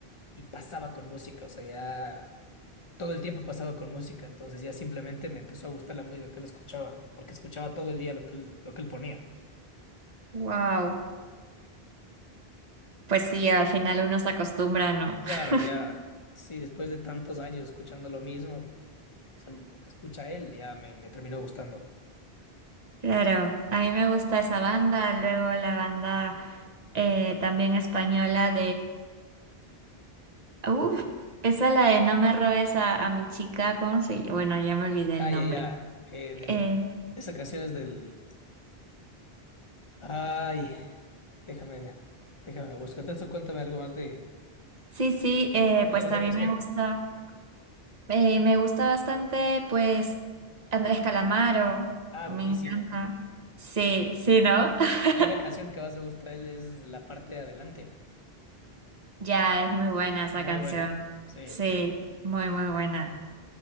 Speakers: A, on the left; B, on the right.
A: y pasaba con música, o sea, ya todo el tiempo pasaba con música, entonces ya simplemente me empezó a gustar la música que él escuchaba, porque escuchaba todo el día lo que él, lo que él ponía.
B: Wow. Pues sí, al final uno se acostumbra, ¿no?
A: Claro,
B: <laughs>
A: ya, sí, después de tantos años escuchando lo mismo, o sea, lo que escucha él ya me, me terminó gustando.
B: Claro, a mí me gusta esa banda, luego la banda eh, también española Uf, esa es la de no me robes a, a mi chica, ¿cómo se llama? Bueno, ya me olvidé
A: Ah,
B: el
A: ya,
B: nombre.
A: ya, eh, del,
B: Eh,
A: esa canción es del... Ay, déjame, déjame la busco. Entonces, cuéntame algo más de...
B: sí, sí, eh,
A: Es
B: pues
A: de los
B: también
A: hombres
B: me
A: G.
B: gusta, eh, me gusta bastante, pues, Andrés Calamaro,
A: Ah,
B: me
A: buenísimo.
B: encanta. Sí, sí, ¿no? <laughs>
A: A mí la canción que más me gusta de él es la parte de adelante.
B: Ya, es muy buena esa
A: Muy
B: canción.
A: buena. Sí.
B: Sí, muy, muy buena.